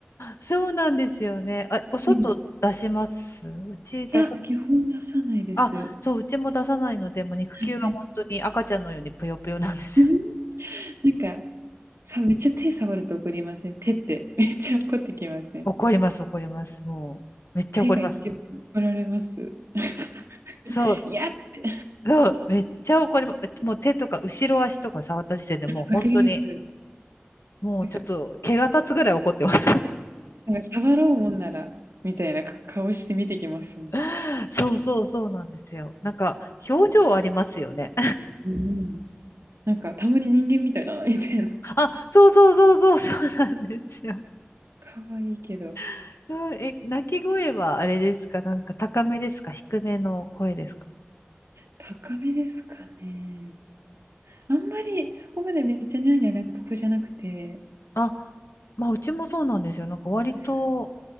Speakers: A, on the left; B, on the right.
A: そうなんですよね。あ、お外出しますうち出さ、
B: でも、いや、基本出さないです。
A: あ、
B: は
A: そう、うちも出さないので、もう肉球が本当に赤ちゃんのようにぷよぷよなんですよ。
B: いはい。うんなんか、さ、めっちゃ手触ると怒りません。手って、めっちゃ怒ってきません。
A: 怒ります、怒ります。もう、めっちゃ怒ります。
B: 手が一番怒られます。<laughs>
A: そう、
B: いやって。
A: そう、めっちゃ怒ります。もう手とか後ろ足とか触った時点でもう本当に、
B: わかります。
A: もうちょっと毛が立つぐらい怒ってます。
B: なんかなんか触ろうもんなら、みたいな顔して見てきますもん。
A: <laughs> そうそうそうなんですよ。なんか、表情ありますよね。
B: うんなんかたまに人間みたいだなみたいな。
A: あ、そうそうそうそうそうなんですよ。
B: 可愛いけど、
A: <laughs> そうえ、鳴き声はあれですかなんか高めですか低めの声ですか
B: 高めですかね。あんまりそこまでめっちゃニャーニャー泣ここじゃなくて、
A: あ、まあうちもそうなんですよ。なんか割と、
B: なんですか。